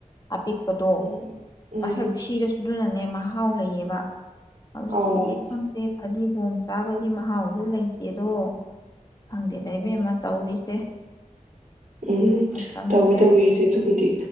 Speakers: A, on the left (about 30°); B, on the right (about 85°).
A: ꯑꯄꯤꯛꯄꯗꯣ
B: ꯎꯝ ꯎꯝ
A: ꯃꯁꯛ ꯊꯤꯔꯁꯨ ꯑꯗꯨꯅꯅꯦ ꯃꯍꯥꯎ ꯂꯩꯌꯦꯕ꯫ ꯍꯧꯖꯤꯛꯁꯤꯗꯤ
B: ꯑꯧ
A: ꯈꯪꯗꯦ ꯐꯗꯤ ꯒꯣꯝ ꯆꯥꯕꯒꯤ ꯃꯍꯥꯎꯁꯨ ꯂꯩꯇꯦꯗꯣ ꯈꯪꯗꯦꯗ ꯏꯕꯦꯝꯃ ꯇꯧꯔꯤꯁꯦ꯫
B: ꯎꯝ
A: ꯃꯇꯝꯁꯦ
B: ꯇꯧꯋꯤ - ꯇꯧꯋꯤ ꯏꯆꯦ ꯑꯗꯨꯕꯨꯗꯤ